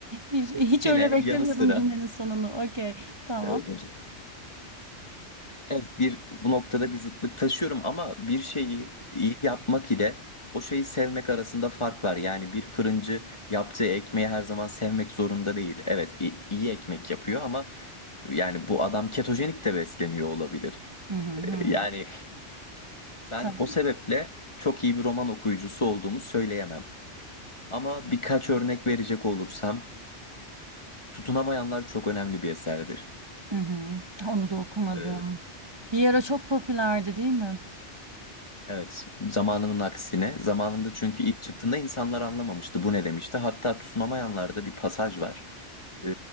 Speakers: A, on the right; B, on the left.
A: bir şey.
B: <clears throat>
A: Hiç
B: yine
A: öyle beklemiyordum
B: yanı sıra
A: cümlenin sonunu. Okay, tamam.
B: e, Evet, bir bu noktada bir zıtlık taşıyorum ama bir şeyi iyi yapmak ile o şeyi sevmek arasında fark var. Yani bir fırıncı yaptığı ekmeği her zaman sevmek zorunda değil. Evet, i- iyi ekmek yapıyor ama yani bu adam ketojenik de besleniyor olabilir.
A: Hı hı, hımm.
B: Ee, Yani ben
A: Tamam.
B: o sebeple çok iyi bir roman okuyucusu olduğumu söyleyemem. Ama birkaç örnek verecek olursam Tutunamayanlar çok önemli bir eserdir.
A: Hı hı. Ha, onu da okumadım.
B: Ee,
A: Bir ara çok popülerdi değil mi?
B: Evet, zamanının aksine. Zamanında çünkü ilk çıktığında insanlar anlamamıştı bu ne demişti. Hatta tutunamayanlarda bir pasaj var. Ee,